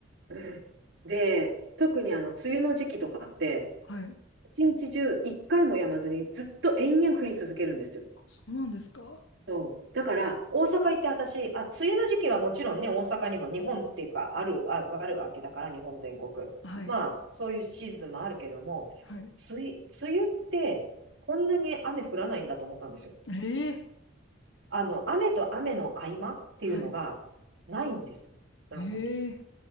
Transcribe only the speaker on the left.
はい。
あそうなんですか。
はい。
はい。
ええ
はい。
ええ